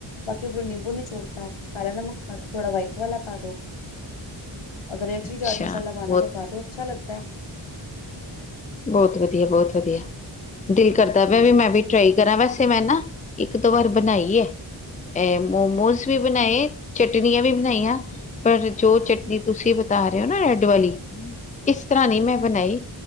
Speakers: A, on the left; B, on the left.
A: ਬਾਕੀ ਉਪਰੋਂ ਨਿੰਬੂ ਨਿਚੋੜਤਾ। ਕਾਲਾ ਨਮਕ ਪਾ ਦੋ, ਥੋੜਾ ਵਾਈਟ ਵਾਲਾ ਪਾ ਦੋ। ਅਗਰ ਏਚ
B: ਅੱਛਾ
A: ਵੀ ਚਾਟ ਮਸਾਲਾ ਪਾਣਾ
B: ਬਹੁਤ
A: ਤੇ ਪਾਦੋ। ਅੱਛਾ ਲੱਗਦਾ ਐ।
B: ਬੋਤ ਵਧੀਆ- ਬੋਤ ਵਧੀਆ। ਦਿਲ ਕਰਦਾ ਪਿਆ
A: ਹੂੰ
B: ਮੈਂ ਵੀ- ਟਰਾਈ ਕਰਾਂ। ਵੈਸੇ ਮੈਂ ਨਾ ਇੱਕ ਦੋ ਵਾਰ ਬਣਾਈ ਐ। ਐ ਮੋਮੋਜ਼- ਮੋਮੋਸ ਵੀ ਬਣਾਏ। ਚਟਨੀਆਂ ਵੀ ਬਣਾਈਆਂ। ਪਰ ਜੋ ਚਟਨੀ ਤੁਸੀਂ- ਤਾਂ ਰੇ ਨਾ ਰੈਡ ਵਾਲੀ, ਇਸ ਤਰ੍ਹਾਂ ਨੀ ਮੈਂ ਬਣਾਈ।